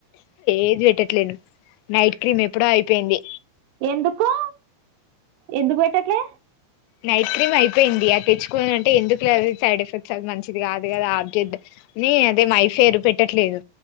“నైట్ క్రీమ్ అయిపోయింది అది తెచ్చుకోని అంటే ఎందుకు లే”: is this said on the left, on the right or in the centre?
Left